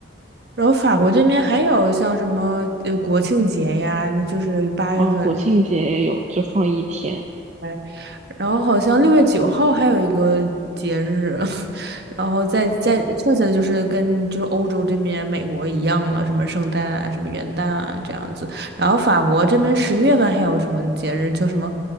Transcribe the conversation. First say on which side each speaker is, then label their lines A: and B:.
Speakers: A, on the right (about 60°); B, on the right (about 40°).
A: 然后法国这边还有像什么呃国庆节呀，就是八月份，
B: 哦，国庆节也有，就放一天。
A: 哎，然后好像六月九号还有一个节日，<laughs> 然后再再剩下的就是跟就是欧洲这边美国一样了，什么圣诞啊，什么元旦啊这样子。然后法国这边十月份还有什么节日叫什么，